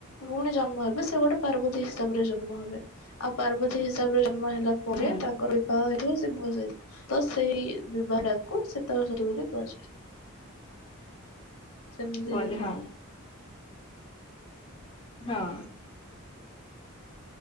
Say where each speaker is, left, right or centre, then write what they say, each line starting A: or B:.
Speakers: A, on the left; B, on the left.
A: ପୁଣି ଜନ୍ମ ହେବେ ସେ ଗୋଟେ ପାର୍ବତୀ ହିସାବରେ ଜନ୍ମ ହେବେ ଆଉ ପାର୍ବତୀ ହିସାବରେ ଜନ୍ମ ହେଲା ପରେ
B: ହୁଁ
A: ତାଙ୍କର ବିବାହ ହେଇଥିବ ସେ ମର ଯାଇଥିବେ ତ ସେଇ ବିବାହ ଟାକୁ ସେ <inaudible> ବୋଲି କୁହାଯାଏ ସେମିତି
B: କୁହନ୍ତି
A: ହେଇଯାଏ।
B: ହଁ ହଁ।